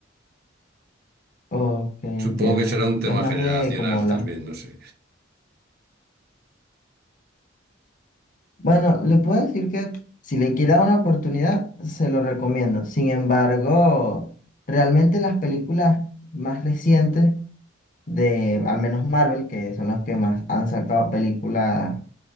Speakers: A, on the left (about 40°); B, on the right (about 50°).
A: Ok, entiendo.
B: Supongo que será un
A: Es
B: tema
A: más
B: generacional
A: de como la...
B: también, no sé.
A: Bueno, le puedo decir que si le quiere dar una oportunidad, se lo recomiendo. Sin embargo, realmente las películas más recientes de, al menos Marvel, que son las que más han sacado películas